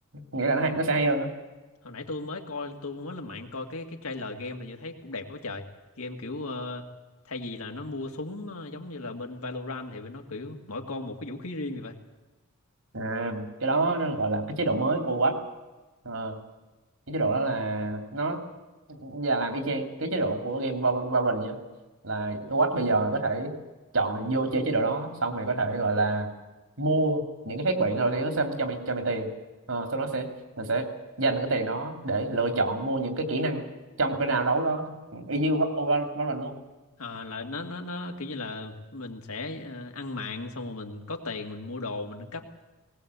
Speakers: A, on the right (about 70°); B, on the left (about 80°).
A: nghĩa là nó, hay, nó sẽ hay hơn á.
B: Hồi nãy tôi mới coi tôi mới lên mạng coi cái cái trailer game thì tôi thấy cũng đẹp quá trời. Game kiểu ờ, thay vì là nó mua súng ờ, giống như là bên Valorant thì nó kiểu mỗi con một cái vũ khí riêng vậy
A: à, cái đó nó gọi là cái chế độ mới của Overwatch Ờ, cái chế độ đó là nó và làm y chang cái chế độ của game Val- Valorant nhá là Watch bây giờ có thể chọn vô chơi chế độ đó xong rồi có thể gọi là mua những cái thiết bị nào thì nó sẽ cho mày cho mày tiền Ờ, sau đó sẽ mình sẽ dành cái tiền đó để lựa chọn mua những cái kỹ năng trong một cái round đấu đó Ừ, y như Val- Val- Valorant luôn
B: Ờ, là nó nó nó kiểu như là mình sẽ ờ, ăn mạng xong rồi mình có tiền mình mua đồ mình nâng cấp